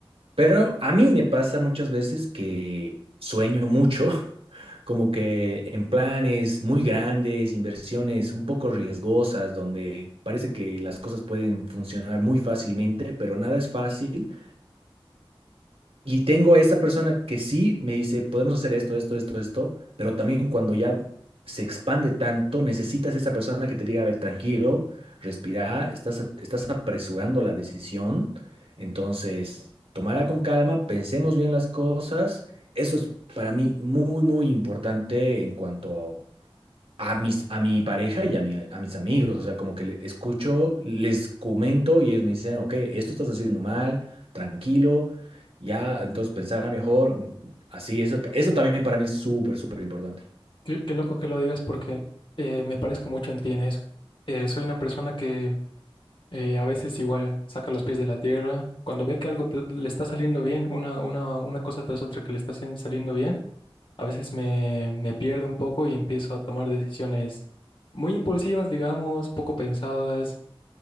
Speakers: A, on the right (about 70°); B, on the left (about 60°).
A: Pero a mí me pasa muchas veces que sueño mucho, <laughs> como que en planes muy grandes, inversiones un poco riesgosas, donde parece que las cosas pueden funcionar muy fácilmente, pero nada es fácil. Y tengo a esa persona que sí me dice, podemos hacer esto, esto, esto, esto, pero también cuando ya se expande tanto, necesitas esa persona que te diga, a ver, tranquilo, respira, estás, a- estás apresurando la decisión, entonces, tomala con calma, pensemos bien las cosas. Eso es para mí muy, muy importante en cuanto a mis, a mi pareja y a, mi- a mis amigos, o sea, como que le- escucho, les comento y ellos me dicen, ok, esto estás haciendo mal, tranquilo, ya, entonces pensar mejor, así, eso, ta- eso también para mí es súper, súper importante.
B: Qué, qué loco que lo digas porque eh, me parezco mucho en ti en eso. Eh, soy una persona que Eh, a veces igual saca los pies de la tierra. Cuando ve que algo te- le está saliendo bien, una, una, una cosa tras otra que le está haciendo- saliendo bien, a veces me, me pierdo un poco y empiezo a tomar decisiones muy impulsivas, digamos, poco pensadas.